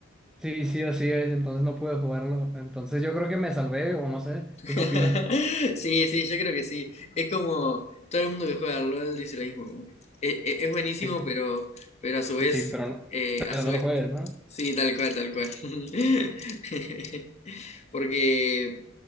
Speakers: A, in the centre; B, on the left.
A: Sí, sí, así es, entonces no pude jugarlo. Entonces yo creo que me salvé, o no sé.
B: <laughs>
A: ¿Tú qué opinas?
B: Sí, sí, yo creo que sí. Es como todo el mundo que juega al LOL dice lo mismo. como que es, es- es buenísimo,
A: Sí,
B: pero, pero a su vez,
A: sí, pero no,
B: eh, a
A: pero
B: su
A: no
B: vez,
A: lo juegues, ¿no?
B: sí, tal cual, tal cual. <laughs> Porque